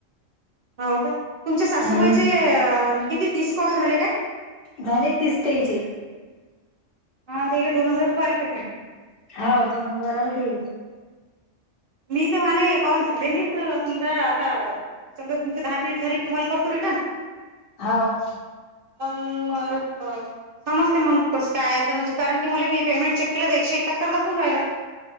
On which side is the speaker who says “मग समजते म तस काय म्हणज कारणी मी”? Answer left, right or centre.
Right